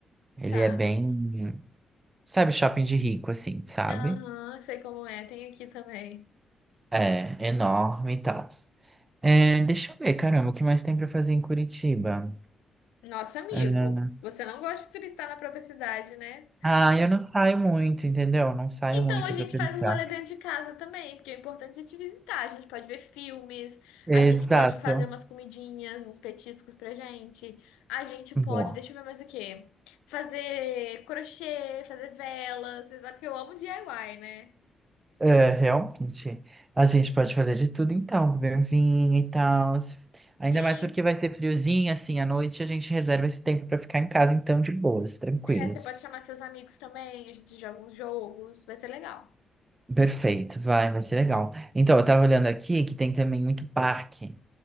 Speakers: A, on the right; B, on the left.
A: Ele
B: Tá.
A: é bem. Sabe, shopping de rico, assim, sabe?
B: Aham, sei como é, tem aqui também.
A: É, enorme e tal. É, deixa eu ver, caramba, o que mais tem pra fazer em Curitiba?
B: Nosso amigo,
A: É,
B: você não gosta de turistar na própria cidade, né?
A: Ah, eu não saio muito, entendeu? Não saio
B: Então
A: muito
B: a gente
A: pra turistar.
B: faz um rolê dentro de casa também, porque o importante é te visitar. A gente pode ver filmes, a gente
A: Exato.
B: pode fazer umas comidinhas, uns petiscos pra gente. A gente
A: Boa.
B: pode, deixa eu ver mais o quê? Fazer crochê, fazer velas. Você sabe que eu amo DIY, né?
A: É, realmente. A gente pode fazer de tudo então, beber um vinho e tal. Ainda
B: Isso.
A: mais porque vai ser friozinho, assim, à noite, a gente reserva esse tempo pra ficar em casa, então, de boas, tranquilos.
B: É, você pode chamar seus amigos também, a gente joga uns jogos, vai ser legal.
A: Perfeito, vai, vai ser legal. Então, eu tava olhando aqui que tem também muito parque.